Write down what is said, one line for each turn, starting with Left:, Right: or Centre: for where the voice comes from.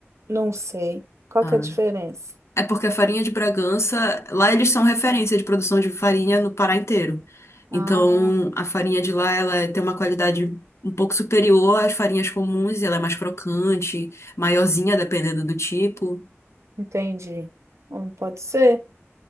Right: Não sei. Qual
Left: Ah.
Right: que é a diferença?
Left: É porque a farinha de Bragança, lá eles são referência de produção de farinha no Pará inteiro. Então,
Right: Ah,
Left: a farinha de lá, ela é, tem uma qualidade um pouco superior às farinhas comuns, ela é mais crocante, maiorzinha, dependendo do tipo.
Right: entendi. Hum, pode ser.